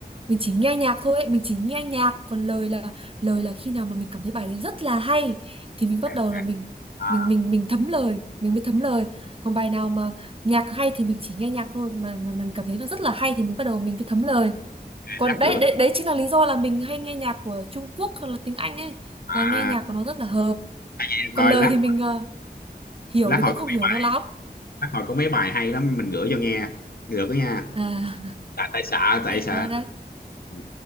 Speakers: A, on the right; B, on the left.
A: Mình chỉ nghe nhạc thôi, mình chỉ nghe nhạc, còn lời là lời là khi nào mà mình cảm thấy bài đấy rất là hay thì mình bắt
B: à,
A: đầu là mình
B: à,
A: mình mình
B: ok,
A: mình thấm lời, mình mới thấm lời. Còn bài nào mà nhạc hay thì mình chỉ nghe nhạc thôi mà mà mình cảm thấy nó rất là hay thì mình bắt đầu mình mới thấm lời. Còn
B: lát
A: đấy
B: gửi
A: đấy đấy chính là lý do là mình hay nghe nhạc của Trung Quốc hoặc là tiếng Anh ấy, là nghe
B: à,
A: nhạc của nó rất là hợp
B: nghe
A: còn
B: coi
A: lời
B: lát
A: thì mình ờ, hiểu
B: lát
A: thì
B: hồi
A: cũng không
B: có mấy
A: hiểu
B: bài
A: cho lắm
B: lát hồi có mấy bài hay lắm mình gửi cho nghe được đó nha
A: à <laughs>
B: tại tại xạ tại xạ
A: đấy đấy đấy
B: Ừ.